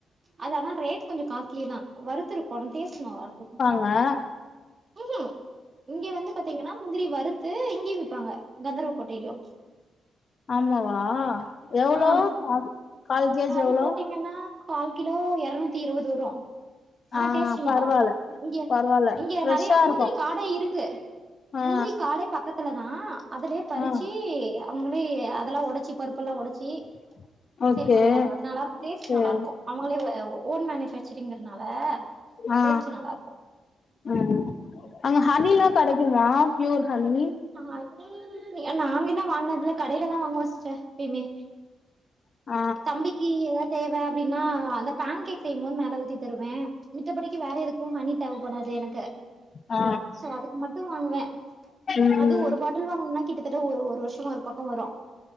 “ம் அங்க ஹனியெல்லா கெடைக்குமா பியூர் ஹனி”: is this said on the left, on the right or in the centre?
Left